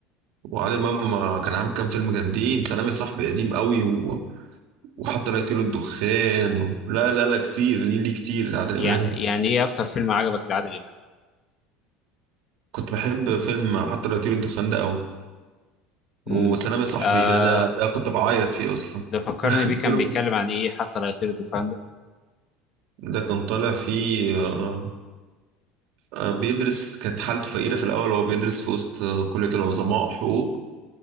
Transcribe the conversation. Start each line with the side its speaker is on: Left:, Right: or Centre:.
Right: وعادل إمام آه، كان عامل كام فيلم جامدين سلام يا صاحبي قديم أوي و... وحتى لا يطير الدخان و... لا لا لا كتير ليه ليه كتير عادل
Left: يع-
Right: إمام
Left: يعني ايه اكتر فيلم عجبك لعادل امام؟
Right: كنت بحب فيلم حتى لا يطير الدخان ده أوي وسلام
Left: امم
Right: يا صاحبي
Left: آه
Right: ده ده ده كنت بعيط فيه أصلا
Left: ده فكرني
Right: الفيلم
Left: بيه كان بيتكلم عن ايه حتى لا يطير الدخان ده
Right: ده كان طالع فيه آه، آه، بيدرس كانت حالته فقيرة في الأول هو بيدرس في وسط آه، كلية العظماء حقوق